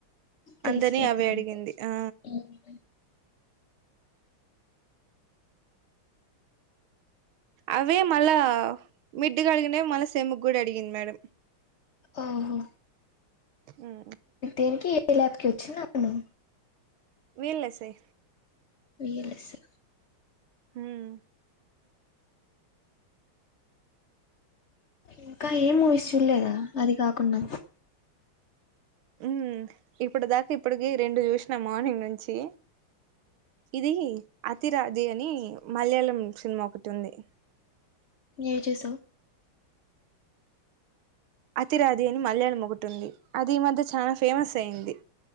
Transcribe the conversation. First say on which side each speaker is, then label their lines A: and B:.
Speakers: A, on the left; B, on the right.
A: తెలిసిపోతుందంట
B: అందరిని అవె అడిగింది ఆ.
A: మ్మ్.
B: అవి మళ్ళా మిడ్డు గాడిగినవి మళ్ళా సెమ్ముకు కూడా అడిగింది మేడం.
A: ఓహో.
B: హ్మ్.
A: దీనికి ఏ ల్యాబ్కి వచ్చిన అతను.
B: వీళ్లేస్య.
A: వీళ్ళుసి.
B: హ్మ్.
A: ఇంకా ఏమ మూవీస్ చూడలేదా అది కాకుండా.
B: ఉమ్ ఇప్పుడు దాకా ఇప్పటికి రెండు చూసిన మార్నింగ్ నుంచి. ఇది అతిరాజీ అని మలయాళం సినిమా ఒకటి ఉంది.
A: ఏం చూసావ్.
B: అతిరాది అని మల్యాణం మొగుటింది అది ఈమధ్య చాలా ఫేమస్ అయింది.